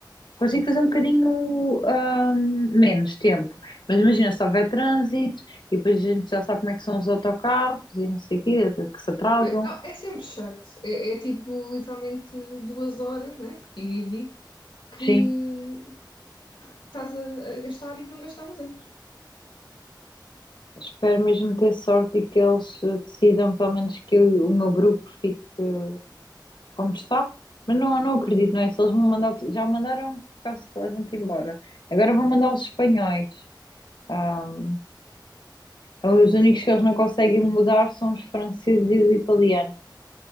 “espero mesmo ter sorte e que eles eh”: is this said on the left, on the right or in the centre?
Left